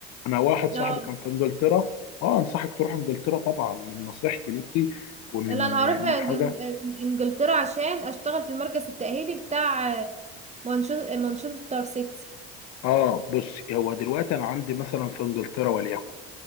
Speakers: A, on the left; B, on the right.
A: انا واحد صاحبي
B: اه
A: كان في انجلترا اه انصحك تروح انجلترا طبعا من نصيحتي ليكي ومن
B: لا انا هروح
A: من حاجه
B: جن- انجلترا عشان اشتغل في المركز التأهيلي بتاع آه، مانشو- مانشستر سيتي
A: اه بص هو دلوقتي انا عندي مثلا في انجلترا وليكن